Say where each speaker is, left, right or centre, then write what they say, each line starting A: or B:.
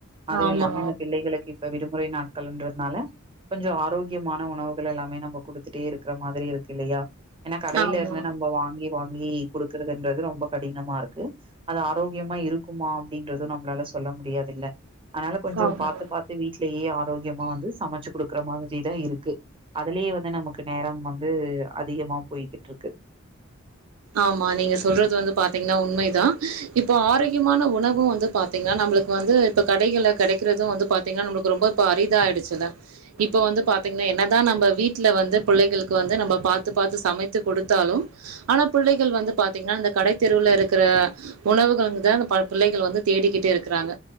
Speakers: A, on the right; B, on the right.
A: அதுவு
B: ஆமா
A: இல்லாம இந்த பிள்ளைகளுக்கு இப்ப விடுமுறை நா கலண்றதுனால கொஞ்சோ ஆரோக்கியமான உணவுகள் எல்லாமே நம்ம குடுத்துட்டே இருக்கிற மாரி இருக்கு இல்லையா ஏனா கடைல
B: ஆமா
A: இருந்து
B: ஆமா
A: நம்ப வாங்கி வாங்கி குடுக்குறதுன்றது ரொ ம்ப கடினமா இருக்கு அது ஆரோக்கியமா இருக்குமா அப்படின்றது நம்மளால சொ சொல்ல முடியாதுல்ல அதனால கொஞ்சொ
B: ஆமா
A: பாத்து பாத்து வீட்லேயே ஆ ரோக்கியமா வந்து சமச்சு குடுக்குற மாதிரிதா இருக்கு அதுலேயே வந்து நமக்கு நேரம் வந்து அதிகமா போய்கிட்டு ருக்கு
B: ஆமா நீங்க சொல்றது வந்து பாத்தீங்கனா உண்மைதா இப்போ ஆரோக்கியமான உணவு வந்து பாத்தீங்கனா நம்பளுக்கு வந்து இப்ப கடைகள கெடைக்கிறது வந்து பாத்தீங்கனா நம்பளுக்கு ரொம்ப இப்ப அரிதாயிடுச்சுல்ல இப்ப வந்து பாத்தீங்கனா என்னதா நம்ப வீட்டுல வந்து பிள்ளைகளுக்கு வந்து நம்ம பாத்து பாத்து சமைத்து குடுத்தாலு ஆனா பிள்ளைகள் வந்து பாத்தீங்னா இந்த கடைத் தெருவுல இருக்கிற உணவுகள்ங் தா பா பிள்ளைகள் வந்து தேடிக்கிட்டே இருக்கிறாங்க